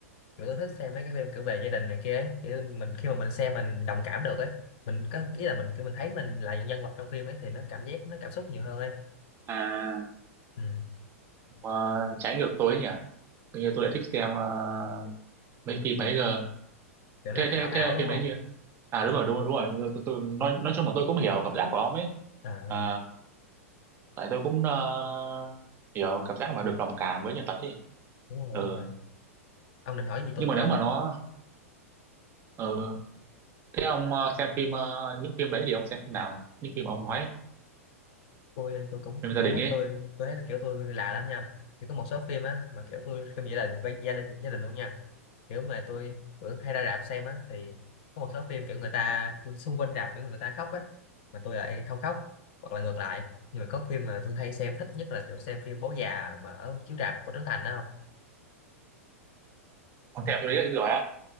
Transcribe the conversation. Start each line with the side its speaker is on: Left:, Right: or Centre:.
Left: kiểu tôi thích xem mấy cái phim kiểu về gia đình này kia ấy. kiểu mình khi mà mình xem mình đồng cảm được ấy mình có ý là mình kiểu mình thấy mình là những nhân vật trong phim ấy thì nó cảm giác nó cảm xúc nhiều hơn ấy
Right: à
Left: ừ.
Right: mà trái ngược tôi ấy nhỉ tự nhiên tôi lại thích xem ờ, mấy phim ấy cơ
Left: kiểu nó
Right: cái
Left: ảo
Right: cái
Left: ảo
Right: cái
Left: đúng
Right: phim
Left: không
Right: ấy như à đúng rồi đúng rồi đúng rồi tôi, tôi, nói, nói chung là tôi cũng hiểu cảm giác của ông ấy
Left: à
Right: à, tại tôi cũng ờ, hiểu cảm giác mà được đồng cảm với nhân vật ấy
Left: đúng rồi
Right: ừ.
Left: đúng rồi ông định hỏi gì tôi
Right: nhưng mà
Left: cơ
Right: nếu mà nó ừ. thế ông ờ, xem phim ờ, những phim đấy thì ông xem phim nào những phim mà ông nói
Left: tôi tôi cũng
Right: phim gia
Left: tôi
Right: đình
Left: thấy
Right: ấy
Left: tôi tôi thấy kiểu tôi lạ lắm nha kiểu có một số phim á mà kiểu tôi phim vậy là với gia đình gia đình luôn nha kiểu mà tôi kiểu hay ra rạp xem á thì có một số phim kiểu người ta xung quanh rạp kiểu người ta khóc á mà tôi lại không khóc hoặc là ngược lại nhưng mà có phim mà tôi hay xem thích nhất là kiểu xem phim Bố già mà ở chiếu rạp của Trấn Thành đó không
Right: ông xem phim đấy rồi á